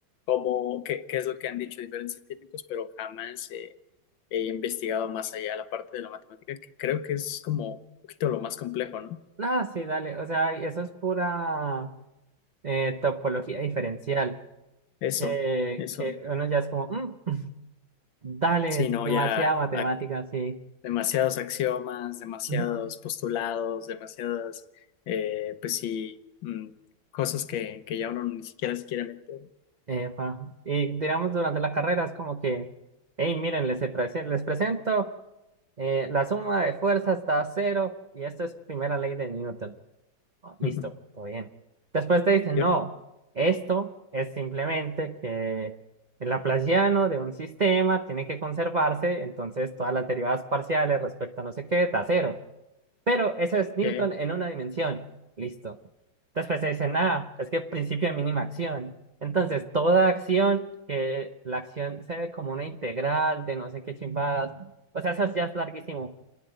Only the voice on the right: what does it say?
No, sí, dale. O sea, eso es pura eh, topología diferencial,
que,
que uno ya es como, "Mm, <laughs> dale,
es
demasiada
matemática,
sí.
Ujú.
Epa. Y digamos durante la carrera es como que, hey, miren, les, presen- les presento, eh, la suma de fuerzas da cero y esta es primera ley de Newton. Ah, Listo,
todo bien. Después te dicen,
no, esto es simplemente que el Laplaciano de un sistema tiene que conservarse, entonces todas las derivadas parciales respecto a no sé qué da cero. Pero eso es Newton
en una dimensión. Listo. Después se dice, ah, es que principio de mínima acción. Entonces, toda acción, que la acción se ve como una integral de no sé qué chimbadas. O sea, eso ya es larguísimo.